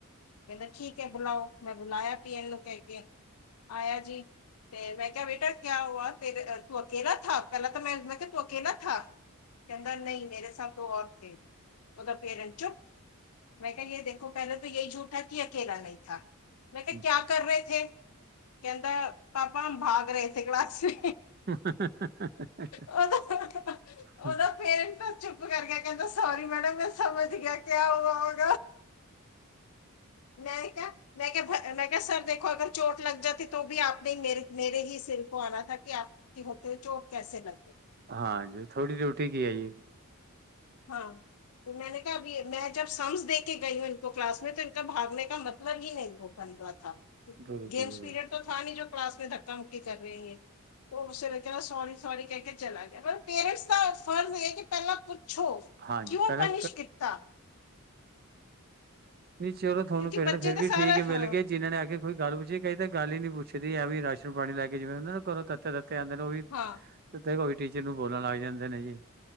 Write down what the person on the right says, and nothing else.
ਜੀ।
ਹ ਹਾਂ ਹਾਂ
ਹਾਂ
ਹਾਂਜੀ ਥੋੜ੍ਹੀ ਡਿਊਟੀ ਕੀ ਹੈ ਜੀ।
ਬਿਲਕੁਲ
ਬਿਲਕੁਲ
ਹਾਂਜੀ
ਪਹਿਲਾਂ
ਨਹੀਂ ਚਲੋ ਤੁਹਾਨੂੰ
ਭੈਣ
ਫਿਰ
ਵੀ
ਠੀਕ
ਮਿਲ ਗਏ ਜਿਨ੍ਹਾਂ ਨੇ ਆ ਕੇ ਕੋਈ ਗੱਲ ਪੁੱਛੀ ਕਈ ਤਾਂ ਗੱਲ ਹੀ ਨੀ ਪੁੱਛੀ ਜਦੀ ਐ ਵੀ ਰਾਸ਼ਨ ਪਾਣੀ ਲੈ ਕੇ ਜਿਵੇਂ ਨਾ ਕਰੋ ਤੱ ਤੇ ਆ ਜਾਂਦੇ ਨੇ ਉਹ ਵੀ
ਤੇ ਟੀਚਰ ਨੂੰ ਬੋਲਣ ਲੱਗ ਜਾਂਦੇ ਨੇ ਜੀ।